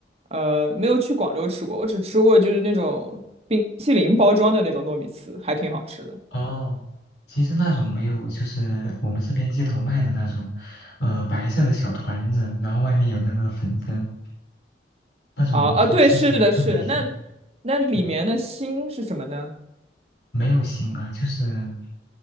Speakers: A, on the right; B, on the left.
A: 呃，没有去广州吃过，我只吃过就是那种冰淇淋包装的那种糯米糍，还挺好吃的。
B: 哦，其实那种没有，就是我们这边街头卖的那种，呃，白色的小团子，然后外面有那个粉粉，那种就吃起来特别甜。
A: 啊啊，对，是的，是的。那那里面的心是什么呢？
B: 嗯，没有腥啊，就是